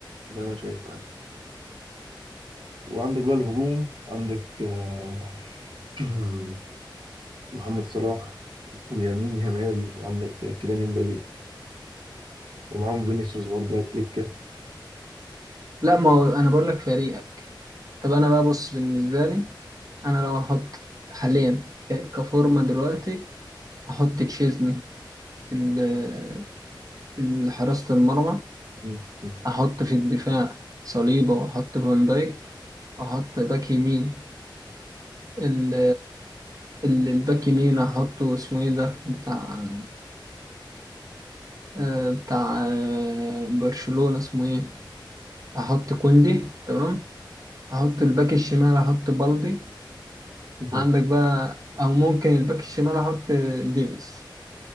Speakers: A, on the right; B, on the right.
A: ده أنا شايفه يعني وعندك بقى الهجوم عندك آه، <clears throat> محمد صلاح ويمين يامال وعندك آه، كيليان امبابي ومعاهم فينيسيوس برضه على الدكة
B: لا ما هو انا بقول لك فريقك طب انا بقى بص بالنسبه لي انا لو احط حاليا ك- كفورمه دلوقتي احط تشيزني في ال- في حراسه المرمى
A: مم.
B: احط في الدفاع صليبه واحط فان دايك احط باك يمين ال ال- الباك يمين احطه اسمه ايه ده بتاع آه، بتاع آه، برشلونه اسمه ايه احط كوندي تمام احط الباك الشمال احط بالدي
A: <laughs>
B: عندك بقى او ممكن الباك الشمال احط ديفيس